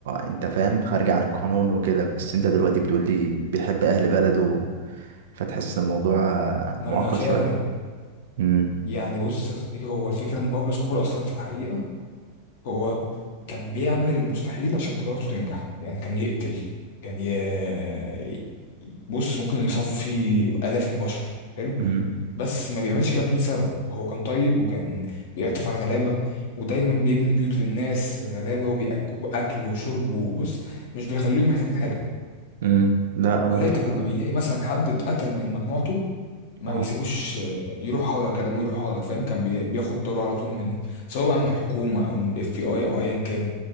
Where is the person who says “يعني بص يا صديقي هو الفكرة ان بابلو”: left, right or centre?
Left